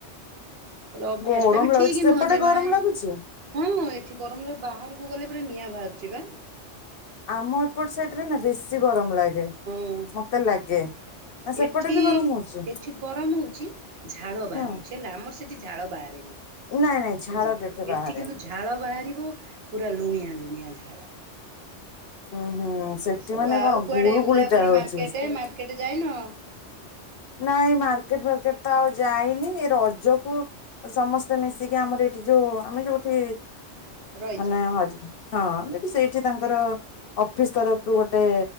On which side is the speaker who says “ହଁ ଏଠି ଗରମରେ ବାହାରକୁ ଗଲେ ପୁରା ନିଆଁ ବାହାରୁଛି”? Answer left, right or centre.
Right